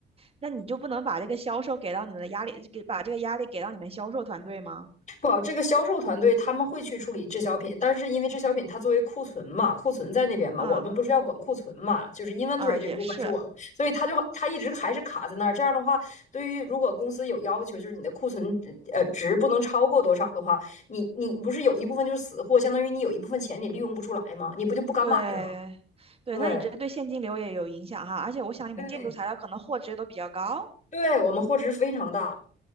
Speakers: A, on the right; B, on the left.
A: 那你就不能把这个销售给到你们的压力，给把这个压力给到你们销售团队吗？
B: 不好这个销售团队他们会去处理滞销品，但是因为滞销品它作为库存嘛，库存在那边嘛，
A: 嗯
B: 我们不是要管库存嘛，就是 inventory
A: 啊，
B: 这部分是我们，
A: 也是
B: 所以他就他一直还是卡在那儿。这样的话，对于如果公司有要求，就是你的库存呃值不能超过多少的话，你你不是有一部分就是死货，相当于你有一部分钱你利用不出来嘛，你不就不敢买嘛？
A: 对，对，
B: 对。
A: 那你这对现金流也有影响哈，而且我想你们建筑材料可能货值也都比较高。
B: 对对，我们货值非常大。